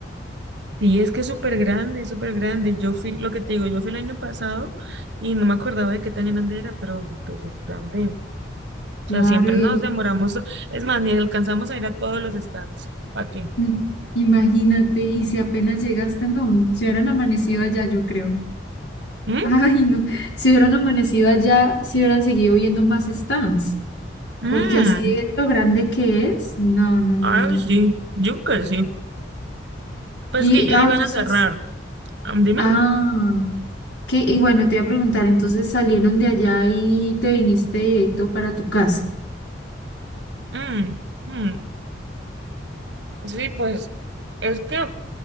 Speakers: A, on the right; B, on the left.
A: Y es que es súper grande, es súper grande. Yo fui, lo que te digo, yo fui el año pasado y no me acordaba de qué tan grande era, pero pues es grande. O
B: Claro,
A: sea, siempre
B: y
A: nos demoramos. Es más, ni alcanzamos a ir a todos los stands. ¿Para qué?
B: Mm, Imagínate, y si apenas llegaste, no, si hubieran amanecido allá, yo creo.
A: ¿Mm?
B: <laughs> Ay, no, si hubieran amanecido allá, si hubieran seguido viendo más stands,
A: Mm.
B: porque así es lo grande que es. No, no, no,
A: Ay,
B: no, no.
A: sí, yo creo que sí. Pues
B: Y,
A: que ya
B: ah, entonces,
A: iban a cerrar. Am, Dime.
B: ah, que, y bueno, te iba a preguntar, entonces salieron de allá y te viniste directo para tu casa.
A: Mm, mm. Sí, pues es que